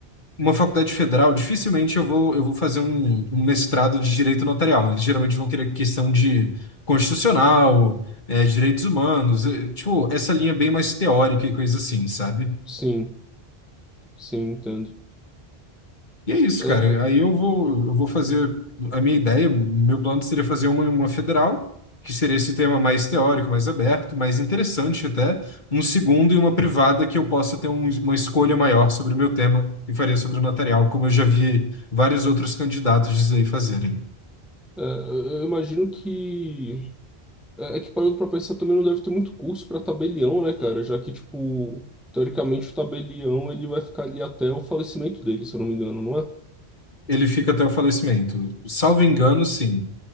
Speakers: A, on the left; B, in the centre.
A: uma faculdade federal, dificilmente eu vou, eu vou fazer um, um mestrado de direito notarial. Eles geralmente vão querer questão de constitucional, é, direitos humanos, é, tipo, essa linha bem mais teórica e coisa assim, sabe?
B: Sim. Sim, entendo.
A: E é isso,
B: É,
A: cara. Aí eu vou, eu vou fazer a minha ideia, o meu plano seria fazer uma, uma federal, que seria esse tema mais teórico, mais aberto, mais interessante até, um segundo e uma privada que eu possa ter um- uma escolha maior sobre o meu tema e faria sobre o notarial, como eu já vi vários outros candidatos dizer e fazerem.
B: é, eu imagino que. É é que parando pra pensar também não deve ter muito curso pra tabelião, né, cara? Já que, tipo, teoricamente o tabelião ele vai ficar ali até o falecimento dele, se eu não me engano, não é?
A: Ele fica até o falecimento. Salvo engano, sim.